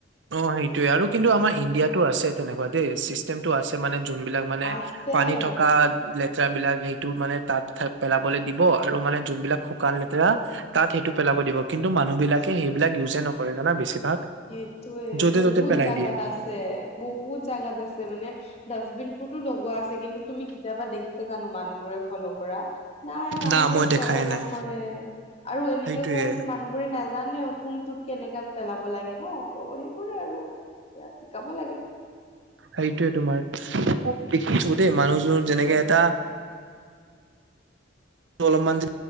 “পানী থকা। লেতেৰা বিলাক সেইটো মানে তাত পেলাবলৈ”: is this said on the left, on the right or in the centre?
Right